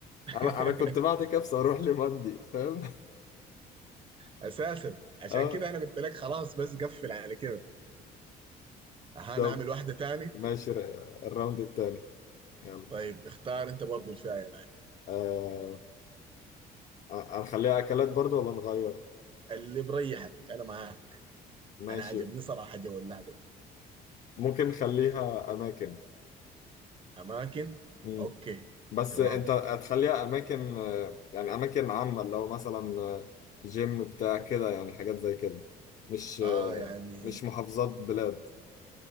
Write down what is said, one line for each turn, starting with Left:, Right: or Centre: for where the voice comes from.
Right: <laughs>
Left: أنا أنا كنت بعد كبسة أروح لمندي فاهم؟
Right: اساسا عشان
Left: <laughs> أه
Right: كده انا قلت لك خلاص بس قفل على كده هنعمل
Left: طب
Right: واحده تاني
Left: ماشي ر- الراوند التاني يلا
Right: طيب اختار انت برضو الفئه يا معلم
Left: أه هنخليها أكلات برضو ولا نغير؟
Right: اللي بريحك انا معاك
Left: ماشي
Right: انا عجبني صراحه جو اللعبه ده
Left: ممكن نخليها أماكن
Right: اماكن
Left: مم.
Right: اوكي
Left: بس
Right: تمام
Left: أنت هتخليها أماكن آه، يعني أماكن عامة لو مثلا آه، جيم بتاع كده يعني حاجات زي كده مش آه،
Right: اه يعني
Left: مش محافظات بلاد